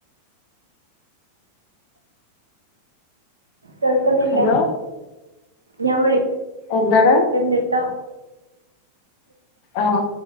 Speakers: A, on the right; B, on the left.
A: കേൾക്കുന്നില്ല
B: ഹലോ
A: ഞാൻ വിളിക്കണ്ട്
B: എന്താണ് ആഹ്